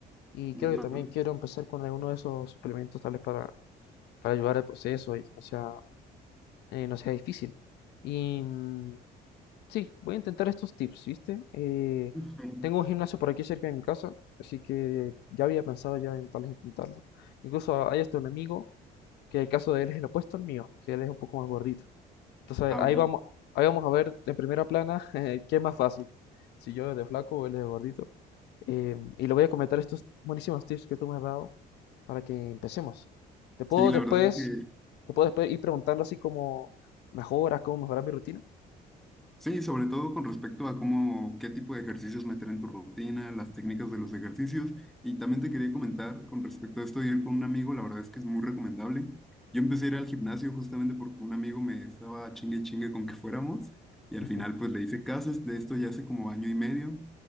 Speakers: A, on the left; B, in the centre.
A: Y
B: Ujú.
A: creo que también quiero empezar con alguno de esos suplementos, tal vez para, para ayudar al proceso y que no sea, eh, no sea difícil. Y mm, sí, voy a intentar estos tips, ¿viste? Eh,
B: Ujú.
A: tengo un gimnasio por aquí cerca de mi casa, así que ya había pensado ya en tal vez intentarlo. Incluso hay hasta un amigo que el caso de él es el opuesto al mío, que él es un poco más gordito. Entonces
B: Ah,
A: ahí
B: ok.
A: vamos, ahí vamos a ver en primera plana <laughs> eh, qué es más fácil, si yo de flaco o él de gordito. Eh, y le voy a comentar estos buenísimos tips que tú me has dado para que empecemos. Te puedo
B: Sí, la
A: después,
B: verdad es que
A: te puedo después ir preguntando así como mejoras, cómo mejorar mi rutina.
B: Sí, sobre todo con respecto a cómo, qué tipo de ejercicios meter en tu rutina, las técnicas de los ejercicios. Y también te quería comentar con respecto a esto de ir con un amigo, la verdad es que es muy recomendable. Yo empecé a ir al gimnasio justamente porque un amigo me estaba chingue y chingue con que fuéramos y al
A: Ujú.
B: final pues le hice caso, es de esto ya hace como año y medio.